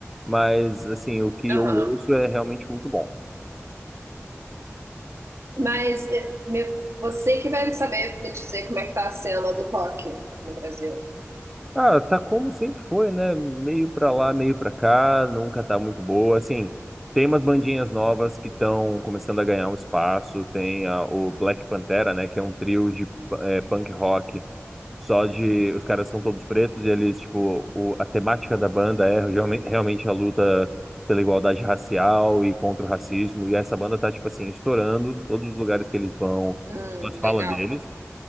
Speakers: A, in the centre; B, on the right.
A: Mas, assim, o que
B: aham.
A: eu ouço é realmente muito bom.
B: Mas eh, me- você que vai saber me dizer como é que tá a cena do rock no Brasil.
A: Ah, tá como sempre foi, né? Meio pra lá, meio pra cá, nunca tá muito boa. Assim, tem umas bandinhas novas que estão começando a ganhar um espaço. Tem a- o Black Pantera, né? Que é um trio de eh, punk rock. Só de. Os caras são todos pretos e eles, tipo, o- a temática da banda é realme- realmente a luta pela igualdade racial e contra o racismo. E essa banda tá, tipo assim, estourando. Todos os lugares que eles vão,
B: Hum,
A: elas falam
B: legal.
A: deles.